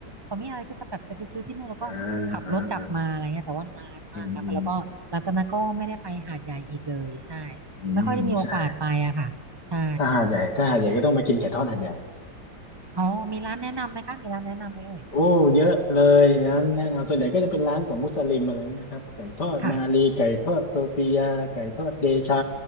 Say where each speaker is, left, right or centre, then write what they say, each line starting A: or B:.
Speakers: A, on the right (about 15°); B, on the left (about 60°).
A: ตอนนี้อะไรก็จะแบบจะไปซื้อที่นู่นแล้วก็ขับรถกลับมาอะไรเงี้ยแต่ว่านานมากแล้วก็แล้วก็หลังจากนั้นก็ไม่ได้ไปหาดใหญ่อีกเลยใช่
B: อ่าอ่าอ่าอืมอืมอืมใช่
A: ไม่ค่อยได้มีโอกาสไปอะค่ะใช่
B: ถ้าหาดใหญ่ถ้าหาดใหญ่ก็ต้องมากินไก่ทอดหาดใหญ่
A: อ๋อมีร้านแนะนำไหมคะมีร้านแนะนำไหมเอ่ย
B: โอ้เยอะเลยนะแนะนำส่วนใหญ่ก็จะเป็นร้านของมุสลิมอะไรเงี้ยครับไก่ทอดมาลีไก่ทอดโซฟียาไก่ทอดเดชา
A: ค่ะ